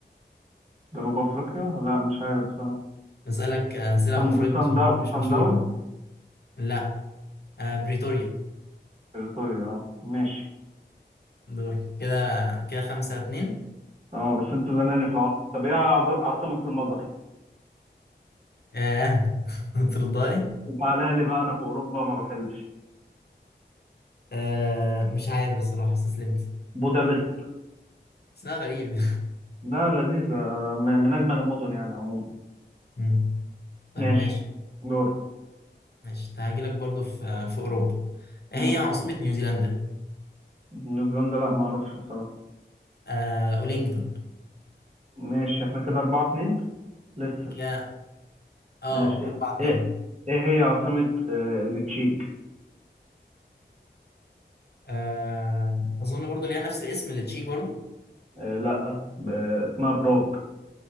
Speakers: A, on the right; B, on the left.
A: جنوب افريقيا لا مش عارف بصراحه
B: بسألك أسئلة
A: سان
B: في افريقيا
A: سان
B: مش
A: داو
B: مش
A: سان
B: مشهورة
A: داونز
B: لا آه بريتوريا
A: بريتوريا اه ماشي
B: دور كده كده خمسة اتنين
A: اه بس انت زناني في العاصمه طب ايه عاص- عاصمه المجر
B: اه <laughs> ترضاني
A: تعالى لي بقى انا في اوروبا ما بحلش
B: آه مش عارف الصراحة استسلمت
A: بودابست
B: اسمها غريب
A: لا لذيذه م- من اجمل المدن يعني عموما
B: <laughs> مم. طيب
A: ماشي
B: ماشي
A: دور
B: ماشي هاجيلك برضو في آه، في أوروبا إيه
A: مم.
B: هي عاصمة نيوزيلندا؟
A: نيوزيلندا لا ما اعرفش بصراحه
B: آه أولينجتون
A: ماشي احنا كده أربعة اتنين لسه
B: كده اه
A: ماشي
B: أربعة
A: ايه
B: اتنين
A: ايه, إيه هي عاصمه آه التشيك
B: آه أظن برضو ليها نفس الاسم اللي تشيك برضو
A: آه لا ب- اسمها براغ